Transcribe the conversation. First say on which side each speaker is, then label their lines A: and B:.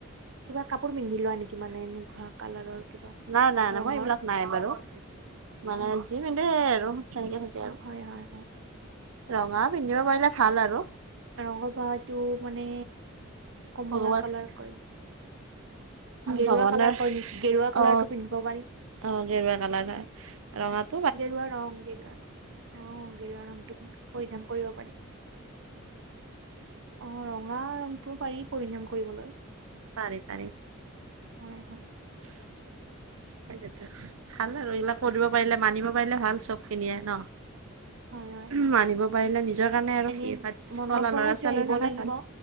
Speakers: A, on the right (about 60°); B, on the right (about 80°).
A: কিবা কাপোৰ পিন্ধি লোৱা নেকি মানে এ কালাৰৰ কিবা
B: নাই নাই নাই
A: ৰঙৰ
B: মই এইবিলাক নাই বাৰু। মানে
A: অ
B: যিমানে আৰু তেনেকে থাকে
A: অ
B: আৰু।
A: হয় হয় হয়
B: ৰঙা পিন্ধিব পাৰিলে ভাল আৰু
A: ৰঙৰ ভহাটো মানে কমলা
B: ভগৱান
A: কালাৰ কৰি। গেৰুৱা
B: ভগৱানৰ
A: কালাৰ কয় নেকি গেৰুৱা কালাৰটো
B: অ
A: পিন্ধিব পাৰি।
B: অ গেৰুৱা কালাৰ হয় ৰঙাত।
A: গেৰুৱা ৰং গেৰুৱা ৰং অ গেৰুৱা ৰংটো পৰিধান কৰিব পাৰি অ ৰঙা ৰংটোও পাৰি পৰিধান কৰিবলৈ।
B: পাৰে পাৰে।
A: হয়, হয়।
B: <unintelligible> সেইটো ভাল আৰু এইবিলাক কৰিব পাৰিলে মানিব পাৰিলে ভাল চব খিনিয়ে ন
A: হয় হয়
B: <unintelligible>
A: হয়
B: মানিব পাৰিলে নিজৰ কাৰণে আৰু
A: এনেই
B: সেই ভাতলা
A: মনৰ পৰা
B: ল'ৰা
A: সেইটো
B: ছোৱালীৰ
A: আহিব
B: কাৰণে
A: লাগিব
B: ভাল